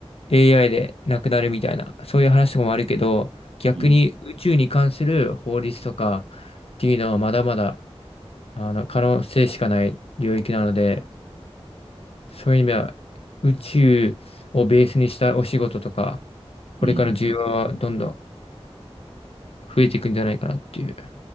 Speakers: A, on the left; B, on the right.
A: AI でなくなるみたいな、そういう話とかもあるけど、逆に宇宙に関する法律とかっていうのはまだまだ、
B: うん、
A: あの、可能性しかない領域なので、そういう意味では、宇宙をベースにしたお仕事とか、
B: うん。
A: これから需要はどんどん増えていくんじゃないかなっていう。